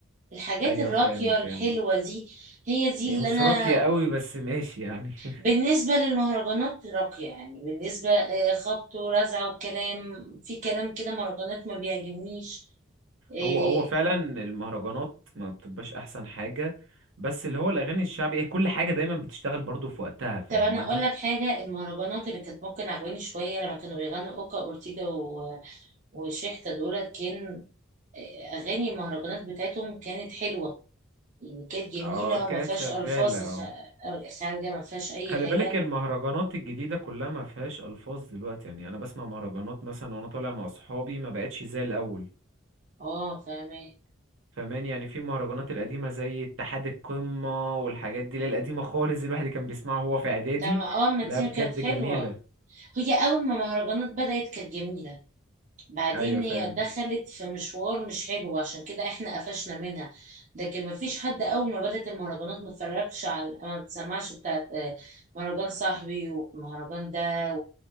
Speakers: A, on the right; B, on the right.
A: الحاجات
B: ايوه
A: الراقيه
B: فاهم فاهم
A: الحلوه دي هي دي
B: هي
A: اللي
B: مش
A: انا
B: راقية قوي بس ماشي يعني <laughs>
A: بالنسبه للمهرجانات راقيه يعني بالنسبه آه، خبط ورزع وكلام في كلام كده مهرجانات ما بيعجبنيش آه
B: هو هو فعلا المهرجانات ما بتبقاش احسن حاجة بس اللي هو الاغاني الشعبي هي كل حاجة دايما بتشتغل برضو في وقتها فاهماني
A: طب انا اقول لك حاجه المهرجانات اللي كانت ممكن عجباني شويه لما كانوا بيغنوا اوكا اورتيجا و... وشيحتا دولت كان اغاني المهرجانات بتاعتهم كانت حلوه يعني كانت جميله
B: اه كانت
A: وما فيهاش
B: شغالة
A: الفاظ
B: اه
A: خ- خارجه ما فيهاش اي
B: خلي
A: حاجه
B: بالك المهرجانات الجديدة كلها ما فيهاش ألفاظ دلوقتي يعني أنا بسمع مهرجانات مثلا وأنا طالع مع أصحابي ما بقتش زي الأول
A: اه فاهمه
B: فماني يعني في المهرجانات القديمة زي اتحاد القمة والحاجات دي اللي هي القديمة خالص دي الواحد كان بيسمعها وهو في إعدادي
A: طب ما- اه ما
B: لا
A: دي
B: بجد
A: كانت حلوه
B: جميلة
A: هي اول ما المهرجانات بدات كانت جميله بعدين
B: أيوة فاهم
A: هي دخلت في مشوار مش حلو عشان كده احنا قفشنا منها لكن مفيش حد اول ما بدأت المهرجانات ما اتفرجش على ما تسمعش بتاعت آه، مهرجان صاحبي والمهرجان ده